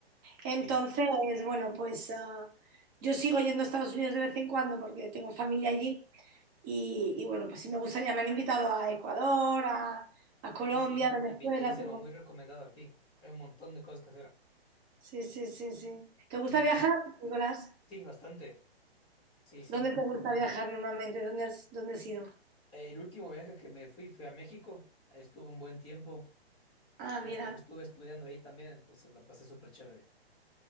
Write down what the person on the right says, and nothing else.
Entonces, bueno, pues ah, yo sigo yendo a Estados Unidos de vez en cuando porque tengo familia allí y, y, bueno, pues sí me gustaría, me han invitado a Ecuador, a, a Colombia,
Venezuela,
tengo-
Sí, sí, sí, sí. ¿Te gusta
viajar, Nicolás?
¿Dónde te gusta viajar normalmente? ¿Dónde has, dónde has ido?
Ah,
mira,